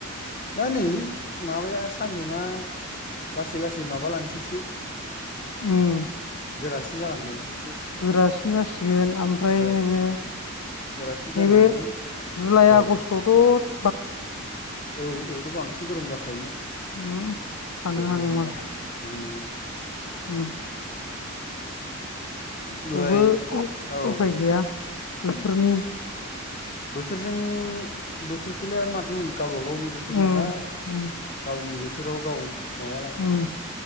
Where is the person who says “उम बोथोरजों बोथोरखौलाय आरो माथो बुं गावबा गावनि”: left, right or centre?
Left